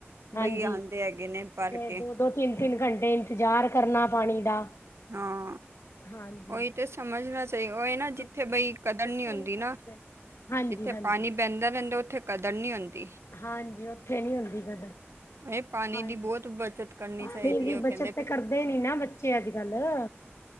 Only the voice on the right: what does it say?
ਬਈ ਆਉਂਦੇ ਹੈਗੇ ਨੇ ਭਰ
ਕੇ।
ਹਾਂ।
ਉਹੀ ਤੇ ਸਮਝਣਾ ਚਾਹੀ ਉਹ ਨਾ
ਜਿੱਥੇ ਬਈ ਕਦਰ
ਨੀ ਹੁੰਦੀ
ਨਾ
ਜਿੱਥੇ ਪਾਣੀ ਬਹਿੰਦਾ ਰਹਿੰਦਾ ਉੱਥੇ ਕਦਰ ਨੀ ਆਉਂਦੀ।
ਇਹ ਪਾਣੀ
ਦੀ ਬਹੁਤ ਬੱਚਤ ਕਰਨੀ
ਚਾਹੀਦੀ
ਹੈ ਉਹ
ਕਹਿੰਦੇ ਵੀ